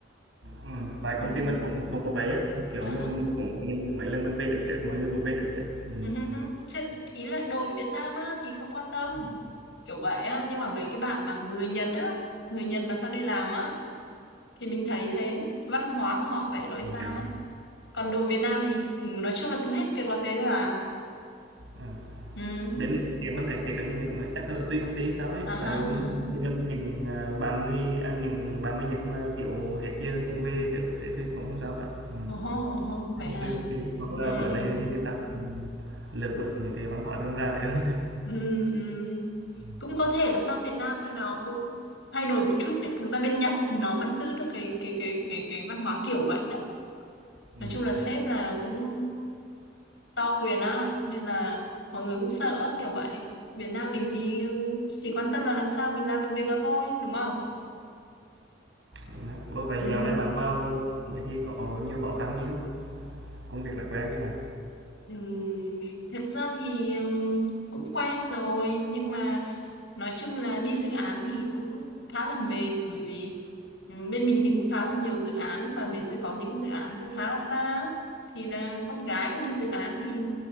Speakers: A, on the right (about 80°); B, on the left (about 70°).
A: Ừm, tại công
B: <laughs>
A: ty mình cũng không có vé á, kiểu như,
B: À hả?
A: cũng mình mấy lần mình về được sếp, mọi người cũng về được sếp. Ừm.
B: Ừ hứ hứ. Chứ ý là đội Việt Nam á thì không quan tâm
A: Ừm,
B: kiểu vậy á nhưng mà mấy cái bạn mà người Nhật á người Nhật mà sang đây làm á thì mình thấy thế văn hóa của họ vậy rồi
A: ừm.
B: sao á còn đồ Việt Nam thì ừ, nói chung là cứ hết việc là về thôi à
A: Ừm,
B: ừ
A: bên này thì mình thấy kể cả người Nhật cũng chắc là tùy công ty hay sao ấy,
B: à
A: tại
B: ha
A: mình
B: à ha
A: công ty mình những, à, bạn người à, những bạn người Nhật mà, kiểu, hết giờ thì cũng về được sếp thì cũng không sao cả. Ừm.
B: ồ hô ồ hô vậy
A: Chắc là
B: hả
A: tùy công ty, hoặc
B: ừ.
A: là bữa nay thì người ta cũng lược bớt những cái văn hóa rơm ra đấy rồi.
B: Ừ. ừ.
A: Ừm.
B: cũng có thể là sang Việt Nam thì nó cũng thay đổi một chút nhưng thực ra bên Nhật thì nó vẫn giữ được cái cái cái cái cái văn hóa kiểu vậy đó
A: Ừm,
B: nói chung là sếp là cũng to quyền á nên là mọi người cũng sợ á, kiểu vậy Việt Nam mình thì ừ, chỉ quan tâm là làm sao mình làm được việc đó thôi đúng không
A: đúng đấy. Ủa, vậy
B: ừ
A: dạo này bạn vào mấy thì có nhiều khó khăn gì không? Công việc đặc quen như bạn?
B: Ừ, thực ra thì ừm, cũng quen rồi nhưng mà nói chung là đi dự án thì cũng khá là mệt bởi vì ừm, bên mình thì cũng khá là nhiều dự án mà mình sẽ có những dự án cũng khá là xa á. thì là con gái đi dự án thì